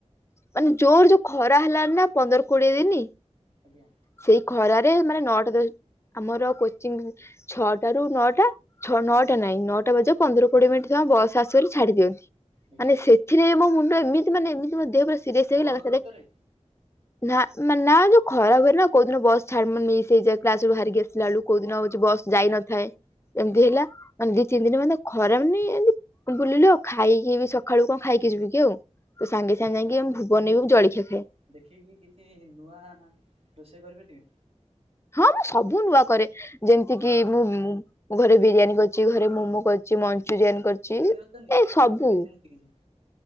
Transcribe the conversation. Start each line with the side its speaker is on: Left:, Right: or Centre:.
Left: ମାନେ ଜୋର୍ ଯୋଉ ଖରା ହେଲାନି ନା ପନ୍ଦର କୋଡିଏ ଦିନ
Right: ଆଜ୍ଞା।
Left: ସେଇ ଖରାରେ ମାନେ ନଅଟା ଦସ୍ ଆମର କୋଚିଂ ଛଅଟା ରୁ ନଅଟା। ଛଅ ନଅଟା
Right: ଆଜ୍ଞା
Left: ନାଇଁ ନଅଟା ବାଜିବାକୁ ପନ୍ଦର କୋଡିଏ ମିନିଟ୍ ଥିବ ଆମ ବସ୍ ଆସିବ ବୋଲି ଛାଡି ଦିଆ ଯାଉଛି।
Right: ଆଜ୍ଞା
Left: ମାନେ ସେ ସେଥିରେ ମୋ ମୁଣ୍ଡ ଏମିତି ମାନେ ଏମିତି ମୋ ଦେହ ପୁରା ସିରିୟସ୍
Right: ସେ
Left: ହେଇଗଲା
Right: ବସ୍
Left: ଏକାଥରେ।
Right: ଭିତରେ
Left: ନା ମାନେ ନା ଯୋଉ ଖରା ହୁଏ ନା କୋଉ ଦିନ ବସ୍ ଛାଡ ମାନେ ମିଶ୍ ହେଇଯାଏ। କ୍ଲାସ୍ ରୁ ବାହାରିକି ଆସି ଆସିଲା ବେଳକୁ କୋଉ ଦିନ ହଉଚି ବସ୍ ଯାଇନଥାଏ। ଏମିତି ହେଲା ମାନେ ତିନି ଦିନ ମାନେ ଖରା ମାନେ ଏମିତି ବୁଲିଲୁ ଆଉ। ଖାଇକି ସକାଳୁ କଣ ଖାଇକି ଯିବି କି ଆଉ। ତ ସାଙ୍ଗେ
Right: ଯେ
Left: ସାଙ୍ଗେ
Right: ଆପଣ
Left: ଯାଇକି
Right: ୟୁଟ୍ୟୁବରୁ
Left: ଭୁବନରେ ବି ଜଳିଖିଆ ଖାଏ।
Right: ଦେଖିକି କିଛି ନୂଆ ରୋଷେଇ କରି ପାରିବେ।
Left: ହଁ ମୁଁ ସବୁ ନୂଆ କରେ। ଯେମିତି କି ମୁଁ ଘରେ ବିରିୟାନୀ କରିଛି। ଘରେ ମୋମୋ କରିଛି। ମଞ୍ଚୁରିଆନ୍ କରିଛି।
Right: ନ ଅଛନ୍ତି ମୁଁ
Left: ଏ ସବୁ
Right: ବି ବିଧାନ ଶଖିଛି।